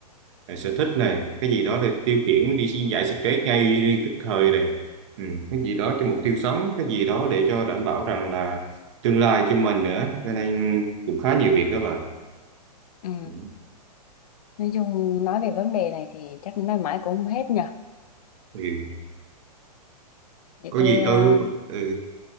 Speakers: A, on the right; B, on the left.
A: à, sở thích này cái gì đó để tiêu khiển đi xin giải stress ngay tức thời này ừ, cái gì đó cho mục tiêu sống cái gì đó để cho đảm bảo rằng là tương lai cho mình nữa cho nên cũng khá nhiều việc đó bà
B: ừ.
A: ừ.
B: nói chung nói về vấn đề này thì chắc nói mãi cũng không hết nhờ
A: Ừ.
B: vậy
A: có
B: thôi
A: gì
B: ờ,
A: tôi ừ.